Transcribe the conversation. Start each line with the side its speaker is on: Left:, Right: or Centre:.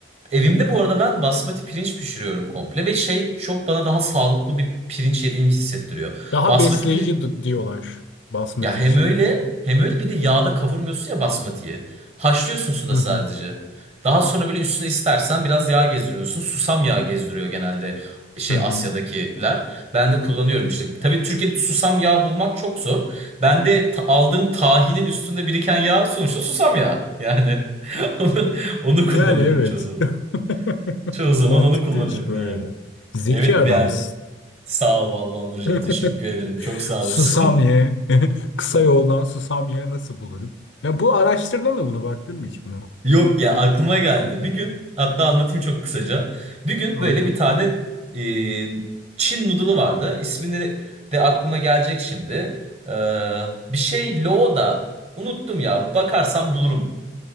Right: Evimde bu arada ben basmati pirinç pişiriyorum komple ve şey çok bana daha sağlıklı bir pirinç yediğimi hissettiriyor.
Left: Daha
Right: Basmati
Left: besleyici
Right: pir-
Left: d- diyorlar basmati
Right: Ya hem
Left: için.
Right: öyle hem öyle bir de yağda kavurmuyorsun ya basmatiyi. Haşlıyorsun suda
Left: Hı
Right: sadece.
Left: hı.
Right: Daha sonra böyle üstüne istersen biraz yağ gezdiriyorsun. Susam yağı gezdiriyor genelde şey
Left: Hı hı.
Right: Asya'dakiler. Ben de kullanıyorum işte. Tabii Türkiye'de susam yağı bulmak çok zor. Ben de ta- aldığım tahinin üstünde biriken yağ sonuçta susam yağı. Yani <laughs> onu, onu kullanıyorum
Left: Yani evet.
Right: çoğu zaman.
Left: <laughs>
Right: Çoğu zaman
Left: Mantıklıymış
Right: onu kullanıyorum
Left: böyle
Right: yani.
Left: de. Zeki
Right: Evet
Left: adamsın.
Right: yani sağ ol vallahi Onurcuğum
Left: <laughs>
Right: teşekkür ederim. Çok sağ
Left: Susam
Right: olasın.
Left: ye.
Right: <laughs>
Left: <laughs> Kısa yoldan susam ye nasıl bulurum? Ya bu araştırdın da bunu baktın mı hiç buna?
Right: Yok ya aklıma geldi. Bir gün hatta anlatayım çok kısaca. Bir gün
Left: Anlat.
Right: böyle bir tane e, Çin noodle'ı vardı. İsmini de aklıma gelecek şimdi. Ee, bir şey lo da unuttum ya. Bakarsam bulurum.